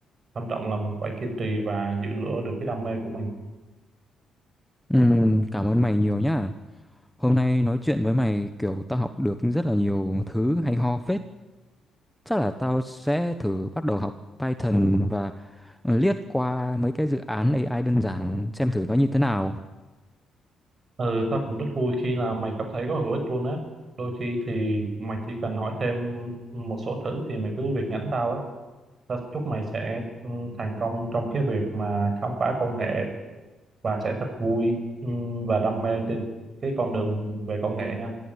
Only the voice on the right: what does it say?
Quan trọng là mình phải kiên trì và giữ lửa được cái đam mê của mình.
Ừ, tao cũng rất vui khi là mày cảm thấy có hữu ích luôn á. Đôi khi thì mày chỉ cần hỏi thêm một số thứ thì mày cứ việc nhắn tao á. Tao chúc mày sẽ ừ, thành công trong cái việc mà khám phá công nghệ và sẽ thật vui ừ, và đam mê trên cái con đường về công nghệ nha.